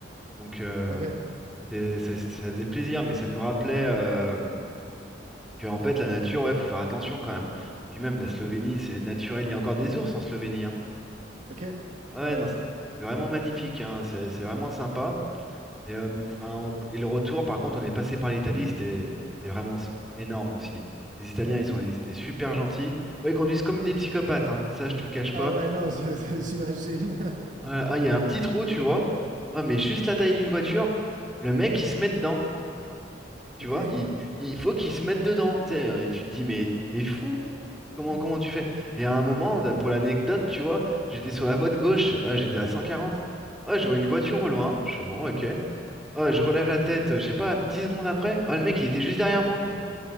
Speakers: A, in the centre; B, on the right.
A: Donc, euh,
B: OK.
A: c'est- ça, ça faisait plaisir, mais ça nous rappelait euh, que, en fait, la nature, ouais, faut faire attention quand même. Puis même, la Slovénie, c'est naturel. Il y a encore des ours en Slovénie. hein.
B: OK.
A: Ouais, ouais,
B: Ah,
A: non,
B: ouais.
A: c'est c'est vraiment magnifique. hein. C'est c'est vraiment sympa. Et, euh, enfin, on- et le retour, par contre, on est passé par l'Italie, c'était c'était vraiment s- énorme aussi. Les Italiens,
B: Oh, cool.
A: ils sont, ils étaient super gentils. Bon, ils conduisent comme des psychopathes, hein. Ça, je te le cache
B: Ah,
A: pas.
B: ouais, non, <laughs> je- j'imagine.
A: Euh, ah, il y a un petit trou, tu vois. Ah, mais juste la taille d'une voiture, le mec, il se met dedans. Tu
B: <laughs> OK.
A: vois, il, il faut qu'il se mette dedans. Tu sais, euh, tu te dis, mais t'es fou? Comment,
B: Hmm.
A: comment tu fais? Et à un moment, là, pour l'anecdote, tu vois, j'étais sur la voie de gauche. Ah, j'étais à 140. Ah, je vois une voiture au loin. Je fais, bon, ok. Ah, je relève la tête, euh, je sais pas, 10 secondes après. Ah, le mec, il était juste derrière moi.